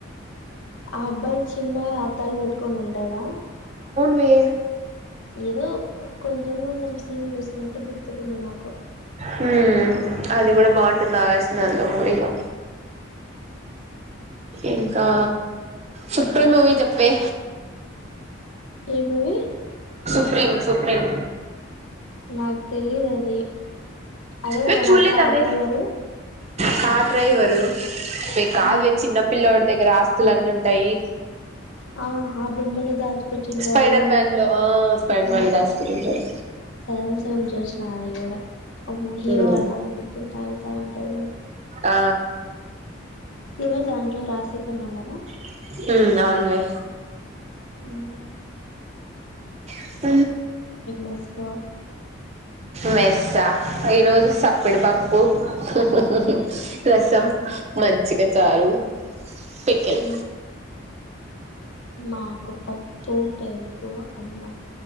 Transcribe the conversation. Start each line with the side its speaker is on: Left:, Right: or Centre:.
Left: ఆ అబ్బాయి చిన్నగా అద్దాలు పెట్టుకొని ఉంటాడా.
Right: వే
Left: ఏదో కొంచెం కొంచెం సీన్ చూసినట్టు గుర్తుకుంది నాకు.
Right: హ్మ్, అది కూడా బాగుంటుంది <unintelligible> మూవీలో. ఇంకా సుప్రీం మూవీ చెప్పవే.
Left: ఏ మూవీ.
Right: Supreme Supreme.
Left: నాకు తెలిదు అది. అదే
Right: వే
Left: కదా
Right: చూడలేదా
Left: వాడు కార్
Right: వే
Left: డ్రైవరు.
Right: కార్ డ్రైవరు, కాదువే
Left: ఉమ్
Right: చిన్న పిల్లడి దగ్గర ఆస్తులు అన్నీ ఉంటాయి.
Left: ఆ ఆ హా బొమ్మలు దాచు. పెట్టంటారు.
Right: స్పైడర్ మ్యాన్ లో ఆ స్పైడర్
Left: <unintelligible>
Right: మ్యాన్ ఆస్తులు ఉంటాయి
Left: సగం సగం చూసిన అది కూడా. హీరో
Right: ఉమ్
Left: వాళ్ల ఎప్పుడు తాగుతా ఉంటాడు.
Right: ఆ
Left: ఎవరు దాంట్లో రాసి కన్నా కదా.
Right: <unintelligible> అవునువే
Left: హుమ్
Right: <inaudible>
Left: మెస్ లో
Right: మెస్స, ఈరోజు సప్పిడి పప్పు. ప్పు, ఓ రసం మంచిగా చారు. పికిల్.
Left: ఉమ్ మాకు పప్పు, పెరుగు అన్నం.